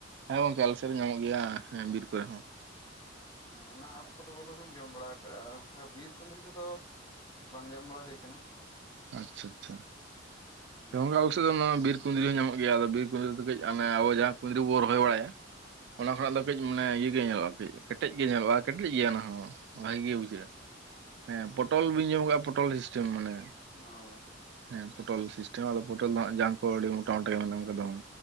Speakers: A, on the right (about 60°); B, on the left (about 20°).
A: ᱦᱮᱸ ᱜᱚᱝᱠᱮ ᱟᱞᱮ ᱥᱮᱫ ᱦᱚ ᱧᱟᱢᱚᱜ ᱜᱮᱭᱟ ᱦᱮᱸ ᱵᱤᱨ ᱠᱚᱨᱮ ᱦᱚᱸ᱾
B: ᱦᱮᱸ ᱚᱱᱟ ᱟᱲᱟᱜ ᱠᱚᱫᱚ ᱵᱚᱞᱚᱝ ᱤᱧ ᱡᱚᱢ ᱵᱟᱲᱟ ᱠᱟᱜᱼᱟ ᱚᱱᱠᱟ ᱵᱤᱨ ᱠᱩᱸᱫᱽᱨᱤ ᱠᱚᱫᱚ ᱵᱟᱝ ᱡᱚᱢ ᱵᱟᱲᱟ ᱦᱩᱭ ᱠᱟᱱᱟ᱾
A: ᱟᱪᱪᱷᱟ ᱟᱪᱪᱷᱟ᱾
B: ᱦᱮᱸ
A: ᱜᱚᱢᱠᱮ ᱟᱵᱚ ᱥᱮᱫ ᱫᱚ ᱵᱤᱨ ᱠᱩᱸᱫᱽᱨᱤ ᱦᱚᱸ ᱧᱟᱢᱚᱜ ᱜᱮᱭᱟ ᱟᱫᱚ ᱵᱤᱨ ᱠᱩᱸᱫᱽᱨᱤ ᱫᱚ ᱠᱟᱹᱡ ᱟᱵᱚ ᱡᱟᱦᱟᱸ ᱠᱩᱸᱫᱽᱨᱤ ᱵᱚᱱ ᱨᱚᱦᱚᱭ ᱵᱟᱲᱟᱭᱟ ᱚᱱᱟ ᱠᱷᱚᱱᱟᱜ ᱞᱟᱹᱠ ᱠᱟᱹᱡ ᱢᱟᱱᱮ ᱤᱭᱟᱹ ᱧᱮᱞᱚᱜᱼᱟ ᱠᱟᱹᱡ ᱠᱮᱴᱮᱡ ᱜᱮ ᱧᱮᱞᱚᱜᱼᱟ ᱠᱮᱴᱮᱡ ᱜᱮᱭᱟ ᱚᱱᱟᱦ ᱵᱷᱟᱜᱮ ᱜᱮ ᱵᱩᱡᱷᱟᱹᱜᱼᱟ᱾ ᱦᱮᱸ ᱯᱚᱴᱚᱞ
B: ᱟᱪᱪᱷᱟ
A: ᱵᱤᱹᱱ ᱡᱚᱢ ᱟᱠᱟᱫᱟ ᱯᱚᱴᱚᱞ ᱥᱤᱥᱴᱮᱢ ᱢᱟᱱᱮ,
B: ᱚ
A: ᱦᱮᱸ ᱯᱚᱴᱚᱞ ᱥᱤᱥᱴᱮᱢ ᱟᱫᱚ ᱯᱚᱴᱚᱞ ᱫᱚ ᱦᱟᱸᱜ ᱡᱟᱝ ᱠᱚ ᱟᱹᱰᱤ ᱢᱚᱴᱟᱢᱚᱴᱟ ᱜᱮ ᱢᱮᱱᱟᱜ ᱠᱟᱫᱟ ᱵᱟᱝ,